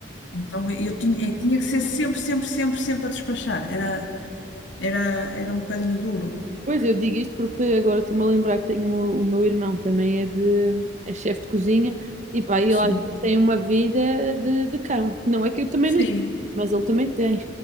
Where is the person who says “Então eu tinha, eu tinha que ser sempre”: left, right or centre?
Left